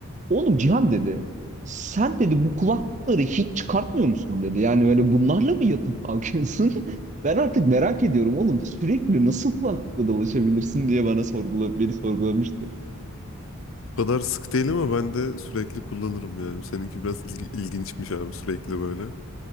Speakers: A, on the right (about 35°); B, on the left (about 65°).
A: Oğlum Cihan dedi. Sen dedi bu kulaklıkları hiç çıkartmıyor musun dedi. Yani böyle bunlarla mı yatıp kalkıyorsun? <laughs> Ben artık merak ediyorum oğlum sürekli nasıl kulaklıkla dolaşabilirsin diye bana sorgula beni sorgulamıştı.
B: O kadar sık değil ama ben de sürekli kullanırım yani. Seninki biraz ilgi- ilginçmiş abi sürekli böyle.